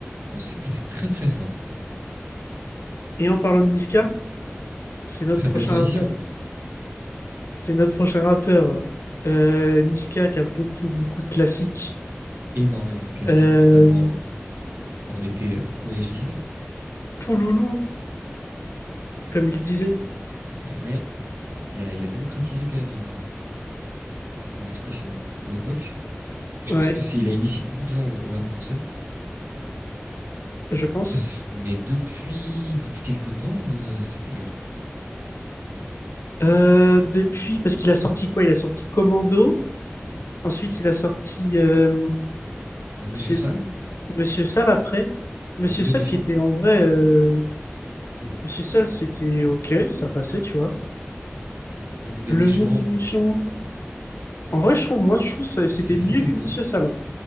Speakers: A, on the right; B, on the left.
A: Non, c'est c'est très très fort.
B: Et en parlant de Niska, C'est notre
A: Très
B: prochain
A: belle transition.
B: rappeur. C'est notre prochain rappeur. Euh, Niska qui a beaucoup, beaucoup de classiques.
A: Énormément de classiques,
B: Euh,
A: notamment quand on était collège-lycée.
B: Pouloulou, comme il disait.
A: Ouais, il a, il a démocratisé quand même un- des expressions à l'époque. Et je
B: Ouais,
A: pense que c'est, il a initié beaucoup de gens au, au rap français.
B: je pense.
A: Mais ça, mais depuis, depuis quelques temps, euh, c'est plus dur.
B: Euh, depuis, parce qu'il a sorti quoi? Il a sorti Commando. Ensuite, il a sorti... euh,
A: Euh, Monsieur
B: c'est
A: Sall,
B: Monsieur Sall après. Monsieur
A: Le Monde
B: Sall
A: est méchant,
B: qui était en vrai... euh,
A: plutôt bon.
B: Monsieur Sall, c'était OK, ça passait, tu vois.
A: Le Monde est
B: Le
A: méchant,
B: Monde est
A: bon,
B: méchant. En vrai, je trouve, moi, je trouve ça, c'était
A: c'est- c'était
B: mieux que
A: bon.
B: Monsieur Sall. hein.